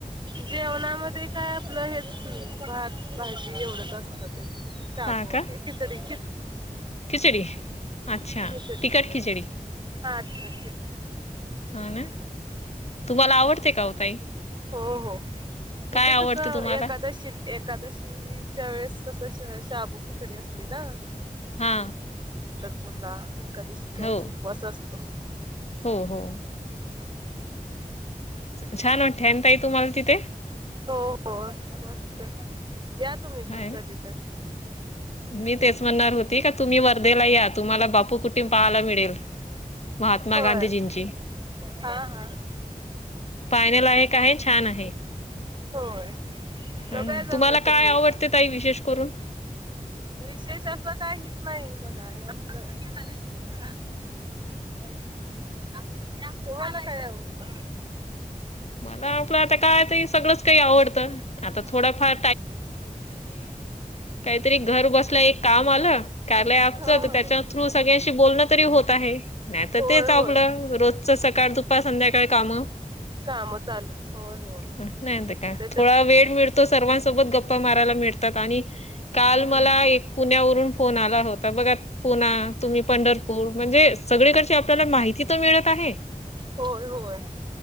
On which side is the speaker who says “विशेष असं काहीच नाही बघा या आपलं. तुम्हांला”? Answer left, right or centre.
Right